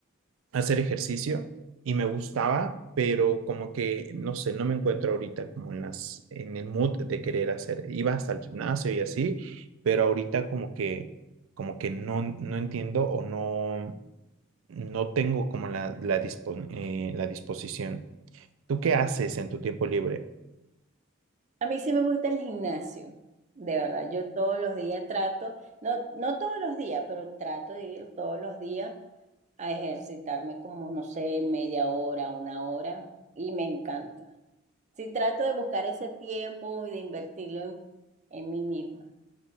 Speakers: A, on the right; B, on the right.
A: hacer ejercicio y me gustaba, pero como que, no sé, no me encuentro ahorita como en las, en el mood de querer hacer. Iba hasta el gimnasio y así, pero ahorita como que, como que no, no entiendo o no, no tengo como la, la, dispon- eh, la disposición. ¿Tú qué haces en tu tiempo libre?
B: A mí sí me gusta el gimnasio, de verdad. Yo todos los días trato, no, no todos los días, pero trato de ir todos los días a ejercitarme como, no sé, media hora, una hora, y me encanta. Sí, trato de buscar ese tiempo y de invertirlo en, en mí misma.